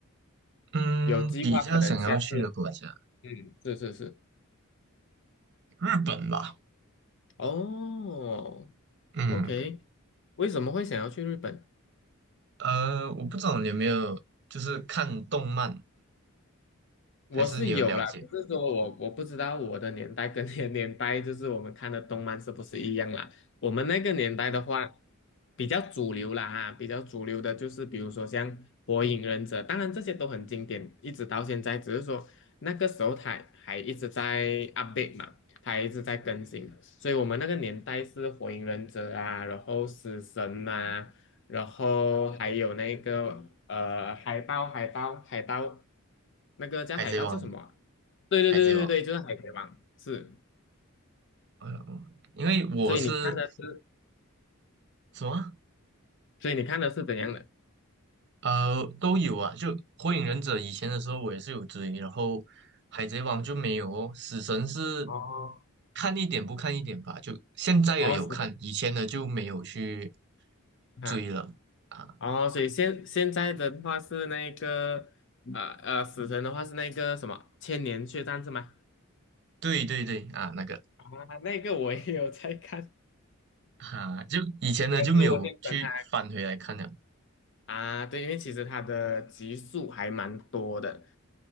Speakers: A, on the right (about 55°); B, on the left (about 60°).
A: 嗯，
B: 有计划可能下次，
A: 比较想要去的国家，
B: 嗯，是是是。
A: 日本吧，
B: 哦
A: 嗯，
B: ，OK，为什么会想要去日本？
A: 呃，我不知道你有没有就是看动漫，
B: 我是有啦，
A: 还是你有了解
B: 只是说我我不知道我的年代跟 <laughs> 你的年代，就是我们看的动漫是不是一样啦？我们那个年代的话，比较主流啦哈，比较主流的就是比如说像《火影忍者》，当然这些都很经典，一直到现在，只是说那个时候它还一直在 update 嘛，它还一直在更新，所以我们那个年代是《火影忍者》啊，然后《死神》啊。然后还有那个呃海豹，海豹，海盗，那个叫海盗叫什么啊？
A: 《海贼王》？
B: 对对对对对，
A: 《海贼王》，
B: 就是海贼王，是。
A: 呃，因为我是
B: 所以你看的是，
A: 什么
B: 所以你看的是怎样的？
A: 啊呃都有啊，就《火影忍者》以前的时候我也是有追，然后《海贼王》就没有哦，《死神》是
B: 哦，
A: 看一点不看一点吧，就现在也有看，
B: 哦，死神
A: 以前的就没有去
B: 啊，
A: 追了啊。
B: 哦，所以现现在的话是那个呃呃，死神的话是那个什么千年血战是吗？
A: 对对对啊，那个。
B: 啊，那个我也有在看，
A: 哈、就以前的就没有去翻回来看了。
B: 可是我先等他啊，对，因为其实他的集数还蛮多的，